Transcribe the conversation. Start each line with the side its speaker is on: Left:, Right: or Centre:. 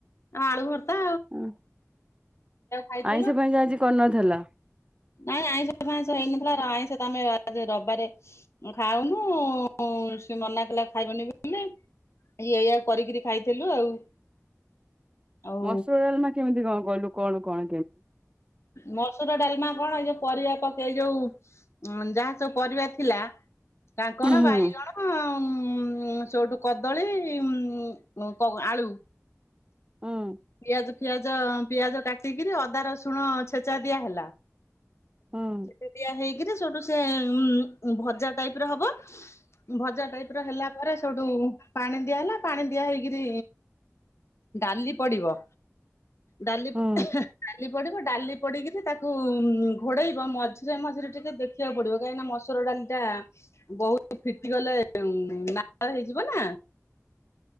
Left: ଆଳୁ ଭର୍ତା
Right: ଉଁ
Left: ଖାଇଥିଲୁ।
Right: ଆଇଁଷି ଫାଇଁଁଷ ଆଜି କରନଥିଲା?
Left: ନାଇଁ ଆଇଁଷ ଫାଇଁଷ ହେଇନଥିଲା ଏରା ଆଇଁଷ ତମେ ଆ ରବାରେ ଖାଉନୁ ସିଏ ମନାକଲା ଖାଇବନି ବୋଲି ଇଏ ଏଇଆକୁ କରିକିରି ଖାଇଥିଲୁ ଆଉ। ଆଉ
Right: ମସୁର ଡାଲମା କେମିତି କଣ କ
Left: ମସୁର ଡାଲମା କଣ ଏଇ ଯୋଉ ପରିବା ପକେଇ-ଏଇ ଯୋଉ ଉଁ ଯାହାସବୁ ପରିବା ଥିଲା କାଙ୍କଣ,
Right: ହୁଁ
Left: ବାଇଗଣ ଉଁ ସେଉଠୁ କଦଳୀ ଉଁ କ-ଆଳୁ
Right: ହୁଁ।
Left: ପିଆଜ ଫିଆଜ ପିଆଜ କାଟିକିରି ଅଦା ରସୁଣ ଛେଚା ଦିଆ ହେଲା।
Right: ହୁଁ।
Left: ସେଠୁ ଦିଆହେଇକିରି ସେଉଠୁ ସିଏ ଭଜା ଟାଇପର ହବ। ଭଜା ଟାଇପର ହେଲା ପରେ ସେଉଠୁ ପାଣି ଦିଆହେଲା ପାଣି ଦିଆହେଇକରି ଡାଲି ପଡିବ ଡାଲି
Right: ହୁଁ
Left: ପ ଡାଲି ପଡିବ ଡାଲି ପଡିକିରି ତାକୁ ଘୋଡେଇ ମଝିରେ ମଝିରେ ଟିକେ ଦେଖିବାକୁ ପଡ୍ ଫିଟିଗଲେ ନାଳ ହେଇଯିବ ନା।